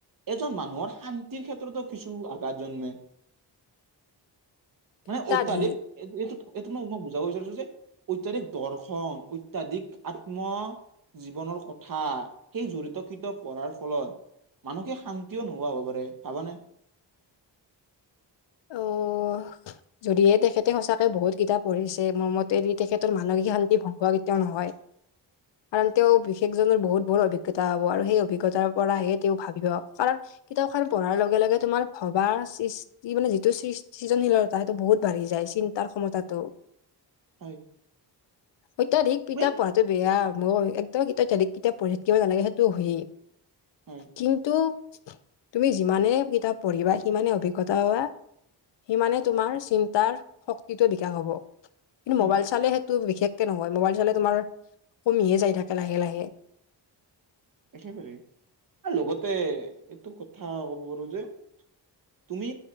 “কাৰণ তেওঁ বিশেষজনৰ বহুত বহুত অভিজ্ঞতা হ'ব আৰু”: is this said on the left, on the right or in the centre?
Left